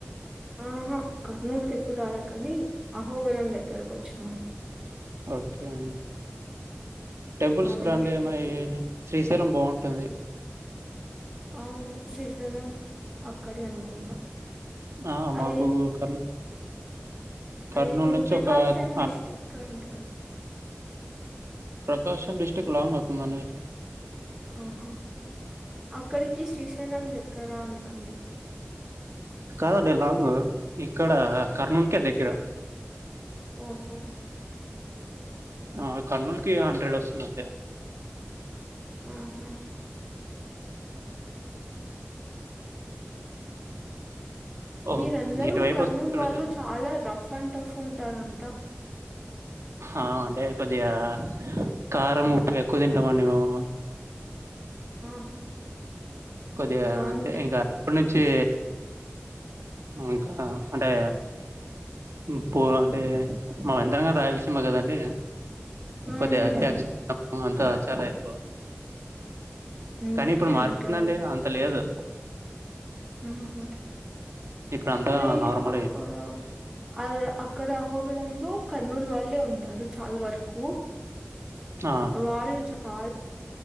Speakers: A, on the right; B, on the right.
A: ఆహా కర్నూలు ఎప్పుడు రాలే కాని అహోబిలం దగ్గరకు వచ్చినా
B: ఓకే అండి టెంపుల్స్కి
A: అవి
B: రండి అన్న ఏరి శ్రీశైలం బావుంటది
A: అవును శ్రీశైలం అక్కడే అనుకుంటా
B: ఆ
A: అదేంది
B: మాకు కర్ కర్నూలు
A: అదేదో
B: నుంచి
A: ప్రకాశం
B: ఒక
A: డిస్టిక్
B: ఆ,
A: అంటారు
B: ప్రకాశం డిస్టిక్ట్ లాంగ్ అవుతుందండి
A: ఆహా అక్కడికి శ్రీశైలం దగ్గర అంటండి
B: కాదండి లాంగ్ ఇక్కడ కర్నూలుకే దగ్గర.
A: ఓహో
B: ఆ కర్నూలుకి హండ్రెడ్ వస్తుంది అంతే
A: హు హామ్
B: ఓహ్
A: మీరందరూ
B: ఇటువైపు
A: కర్నూలు
B: వస్తే చూడొచ్చు
A: వాళ్ళు చాలా రఫ్ అండ్ టఫ్ ఉంటారంట.
B: అ అంటే కొద్దిగా కారం, ఉప్పు ఎక్కువ తింటామండి మేము.
A: ఆహా
B: కొద్దిగా
A: దానికి
B: అంటే ఇంకా అప్పటి నుంచే ఇంకా అంటే ఉప్పు అంటే మాది ఎంతయినా గాని రాయలసీమ కదండి.
A: మ్మ్
B: కొద్దిగా ఫ్యాక్షనిజం అంతా చాలా ఎక్కువ.
A: అందుకే
B: కానీ ఇప్పుడు మారిపోయిదండి
A: అంటారు
B: అంత లేదు.
A: హు హామ్
B: ఇప్పుడు అంతా
A: మీ
B: నార్మల్
A: అక్కలు అది అక్కడ అహోబిలంలో కర్నూలు వాళ్ళే ఉంటారు చాలా వరకు.
B: అవునండి
A: వాళ్ళు చాలా